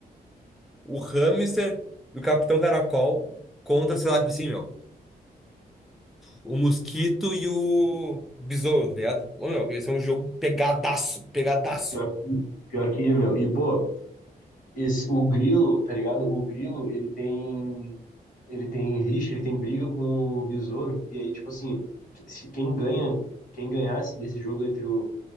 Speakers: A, in the centre; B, on the left.
A: O Hamster e o Capitão Caracol contra, sei lá, tipo assim, meu, o Mosquito e o Besouro, tá ligado? Ô, meu, esse é um jogo pegadaço, pegadaço.
B: pior, que- pior que ia, meu. E, pô, esse, o Grilo, tá ligado? O Grilo, ele tem, ele tem rixa, ele tem briga com o Besouro, e aí, tipo assim, que- se- quem ganha, quem ganhasse desse jogo entre o